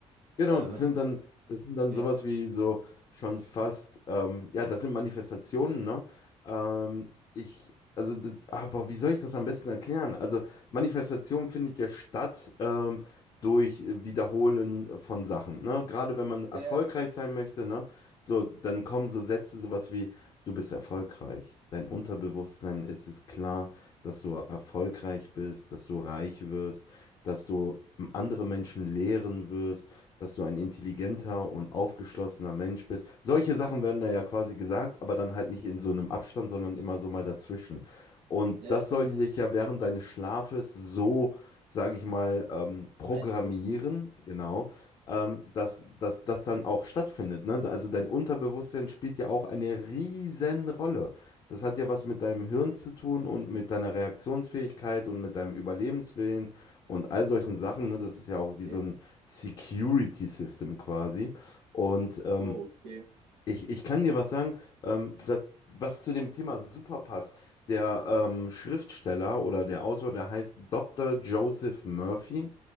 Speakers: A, on the left; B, on the right.
A: Genau,
B: Ähm,
A: das sind
B: <laughs>
A: dann, das sind dann
B: ja,
A: sowas wie so schon fast, ähm, ja, das sind Manifestationen, ne? Ähm, ich, also, das, aber wie soll ich das am besten erklären? Also, Manifestation findet ja statt ähm, durch Wiederholen von Sachen, ne? Gerade wenn man
B: ja,
A: erfolgreich
B: ja, klar.
A: sein möchte, ne? So, dann kommen so Sätze, sowas wie, du bist erfolgreich. Dein Unterbewusstsein ist es klar, dass du erfolgreich bist, dass du reich wirst, dass du andere Menschen lehren wirst dass du ein intelligenter und aufgeschlossener Mensch bist. Solche Sachen werden da ja quasi gesagt, aber dann halt nicht in so einem Abstand, sondern immer so mal dazwischen. Und
B: Ja,
A: das soll
B: äh,
A: dich ja während deines Schlafes so, sage ich mal, ähm, programmieren,
B: einflussen.
A: genau, ähm, dass, dass das dann auch stattfindet. Ne? Also dein Unterbewusstsein spielt ja auch eine riesen Rolle. Das hat ja was mit deinem Hirn zu tun und mit deiner Reaktionsfähigkeit und mit deinem Überlebenswillen und all solchen Sachen. Ne? Das ist ja auch wie
B: Ja.
A: so
B: Einflussen.
A: ein Security System quasi. Und ähm,
B: Oh, okay.
A: ich, ich kann dir was sagen, ähm, das, was zu dem Thema super passt. Der ähm, Schriftsteller oder der Autor, der heißt Dr. Joseph Murphy.